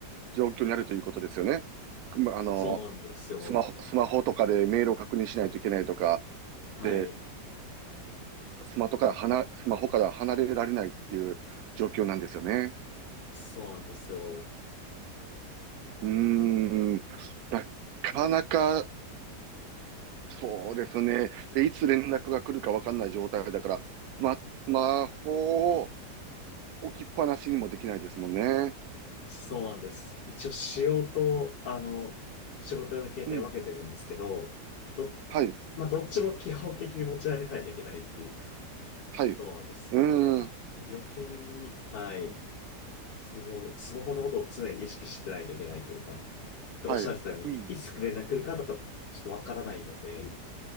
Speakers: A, on the right; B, on the left.
A: 状況にあるということですよね。まあ、あの、
B: そうなんですよ。
A: スマホ、スマホとかでメールを確認しないといけないとか、
B: はい。
A: で、ススマホから離、スマホから離れられないっていう状況なんですよね。
B: そうなんですよ。
A: うーん。なかなか、そうですね。で、いつ連絡が来るかわかんない状態だから、スマ、スマホを置きっぱなしにもできないですもんね。
B: そうなんです。一応仕様と、あの、仕事用の携帯分けてるんですけど、
A: うん。
B: ど、
A: はい。
B: まあ、どっちも基本的に持ち歩かないといけないっていうか、
A: はい。
B: そうなんです。
A: うーん。
B: まあ、余計に、はい、スマホ、スマホのことを常に意識してないといけないというか、でおっしゃってたように、
A: はい。うん。
B: いいつ連絡来るかとか、ちょっとわからないので、